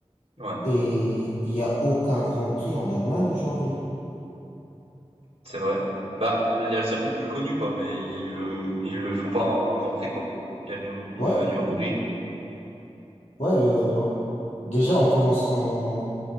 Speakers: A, on the right; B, on the left.
A: Ouais,
B: Et il n'y a aucun Grand Prix en Allemagne aujourd'hui.
A: c'est vrai. Bah, il y a le circuit le plus connu, quoi, mais ils le ils le font pas en Grand Prix, quoi. Il y a Nür le
B: Ouais,
A: Nürburgring.
B: ouais, le... déjà on commence en...